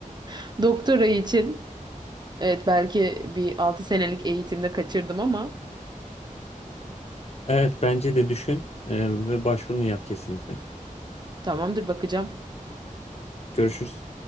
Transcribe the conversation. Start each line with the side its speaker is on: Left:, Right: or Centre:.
Right: <laughs> Doktora için evet belki bir 6 senelik eğitimde kaçırdım ama
Left: Evet bence de düşün e, ve başvurunu yap kesinlikle.
Right: tamamdır bakacağım.
Left: Görüşürüz.